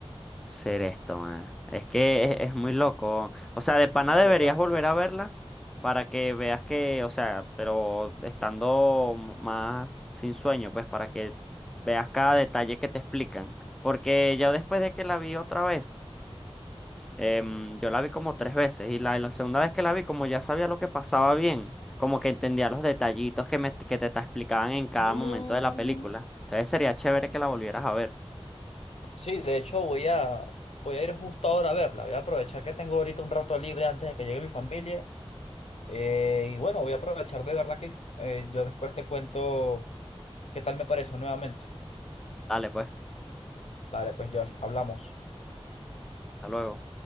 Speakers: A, in the centre; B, on the left.
A: ser esto, man. Es que es, es muy loco, o sea, de pana
B: burda.
A: deberías volver a verla para que veas que, o sea, pero estando m- más sin sueño, pues para que veas cada detalle que te explican, porque yo después de que la vi otra vez Em, yo la vi como tres veces y la, la segunda vez que la vi, como ya sabía lo que pasaba bien, como que entendía los detallitos que, me, que te, te explicaban en cada
B: Mm.
A: momento de la película. Entonces sería chévere que la volvieras a ver.
B: Sí, de hecho voy a, voy a ir justo ahora a verla. Voy a aprovechar que tengo ahorita un rato libre antes de que llegue mi familia. eh, y bueno, voy a aprovechar de verla aquí. Eh, yo después te cuento qué tal me pareció nuevamente.
A: Dale, pues,
B: Vale, pues Josh, hablamos.
A: hasta luego.